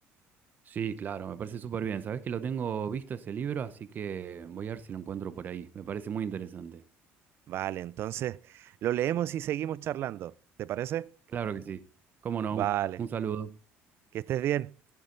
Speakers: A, on the right; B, on the right.
A: Sí, claro, me parece súper bien. Sabés que lo tengo visto ese libro, así que voy a ver si lo encuentro por ahí. Me parece muy interesante.
B: Vale, entonces lo leemos y seguimos charlando. ¿Te parece?
A: Claro que sí. ¿Cómo no?
B: Vale,
A: Un saludo.
B: que estés bien.